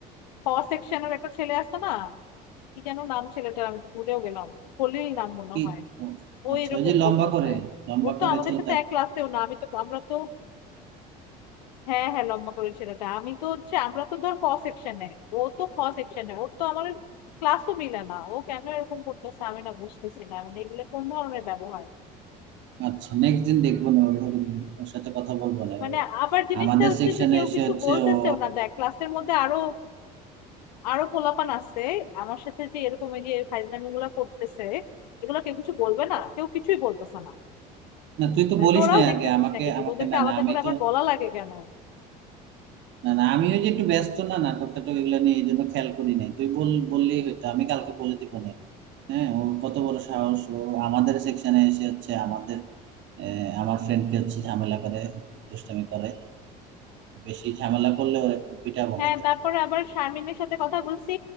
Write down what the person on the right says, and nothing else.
কি
ও,
আচ্ছা
ওই যে লম্বা
করে লম্বা
করে
ছেলেটা
আচ্ছা নেক্সট দিন দেখবো না ওর ওর- ওর সাথে কথা বলবো না
ও
আমাদের
সেকশনে
এসে
হচ্ছে
ও
না তুই তো
বলিস
না
আগে আমাকে
আমাকে
না
না আমি
তো
না না আমি ওই যে একটু ব্যস্ত না নাটক টাটক এগুলো নিয়ে এই জন্য খেয়াল করি নাই তুই বল বললেই হয়তো আমি কালকে বলে দিব না হ্যাঁ ও কত বড় সাহস ও আমাদের সেকশনে এসে হচ্ছে আমাদের আহ, আমার ফ্রেন্ডকে হচ্ছে ঝামেলা করে দুষ্টামি করে বেশি ঝামেলা করলে ওরে পিটাবো
না ধরে